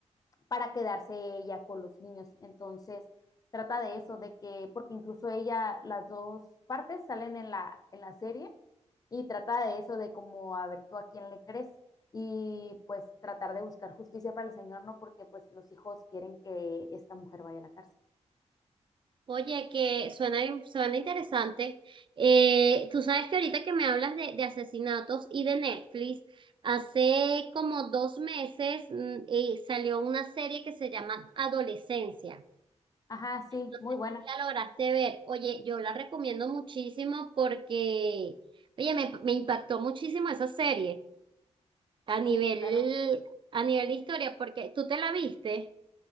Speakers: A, on the left (about 30°); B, on the right (about 45°).
A: para quedarse ella con los niños. Entonces, trata de eso, de que, porque incluso ella, las dos partes salen en la, en la serie y trata de eso, de como, a ver, tú a quién le crees y pues tratar de buscar justicia para el Señor, ¿no? Porque pues los hijos quieren que esta mujer vaya a la cárcel.
B: Oye, que suena, suena interesante. Eh, tú sabes que ahorita que me hablas de, de asesinatos y de Netflix, hace como dos meses mm, eh, salió una serie que se llama Adolescencia.
A: Ajá, sí,
B: No
A: muy
B: sé
A: buena.
B: si la lograste ver. Oye, yo la recomiendo muchísimo porque, oye, me, me impactó muchísimo esa serie a nivel,
A: Sí, claro.
B: a nivel de historia, porque tú te la viste.